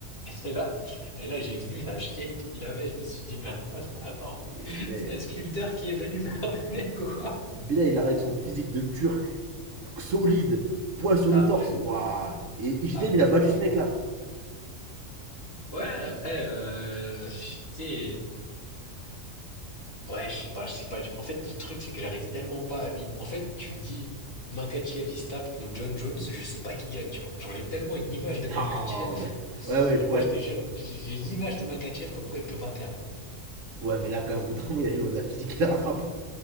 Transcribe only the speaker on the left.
Et là, et là, j'ai vu la shape qu'il avait. Je me suis dit, mais <laughs> attends,
c'est
un sculpteur qui est venu <laughs> faire le mec ou quoi?
Ah
ouais,
ah ouais,
franchement.
Ouais, après, euh, tu sais. Ouais, je sais pas, je sais pas. En fait, le truc, c'est que j'arrive tellement pas à m'im... En fait, tu me dis, Makachev, il se tape contre John Jones, je sais pas qui gagne, tu vois. Genre, j'ai tellement une image de Makachev.
<laughs>
Moi,
je te jure, j'ai j'ai l'image de Makachev comme quoi il peut pas perdre,
tu
vois.